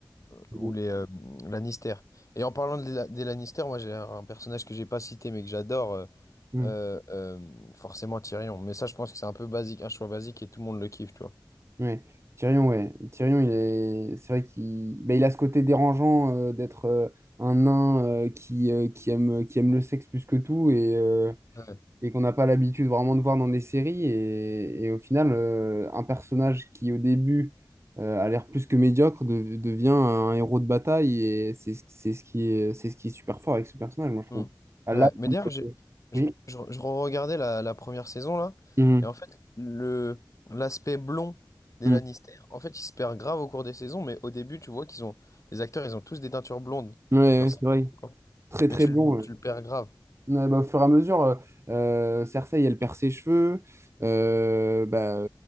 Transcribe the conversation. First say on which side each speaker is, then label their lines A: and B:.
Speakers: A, on the left; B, on the right.
A: ou
B: Mm,
A: les euh, Lannister. Et en parlant de la- des Lannister, moi j'ai un personnage que j'ai pas cité mais que j'adore, euh,
B: mm.
A: euh, euh, forcément Tyrion. Mais ça, je pense que c'est un peu basique, un choix basique et tout le monde le kiffe, tu vois.
B: Ouais. Tyrion, ouais. Tyrion, il est... c'est vrai qu'il ben, il a ce côté dérangeant euh, d'être euh, un nain euh, qui, euh, qui aime, qui aime le sexe plus que tout. Et, euh,
A: Ouais.
B: et qu'on n'a pas l'habitude vraiment de voir dans des séries. Et, et au final, euh, un personnage qui au début euh, a l'air plus que médiocre de- devient un héros de bataille et c'est ce c'est ce qui est, c'est ce qui est super fort avec ce personnage, moi je trouve.
A: Mm.
B: Ah,
A: Ouais,
B: Là,
A: mais d'ailleurs, j'ai- je,
B: oui.
A: je, je regardais la, la première saison là,
B: Mhm.
A: et en fait, le l'aspect blond des
B: Mhm.
A: Lannister, en fait, il se perd grave au cours des saisons, mais au début, tu vois qu'ils ont les acteurs, ils ont tous des teintures blondes.
B: Ouais, ouais,
A: Genre ça.
B: c'est vrai.
A: quoi.
B: Très très
A: Mais tu
B: bon.
A: le, tu
B: ouais.
A: le perds grave.
B: Ouais, bah, au fur et à mesure, euh, euh, Cersei, elle perd ses cheveux. Euh, bah,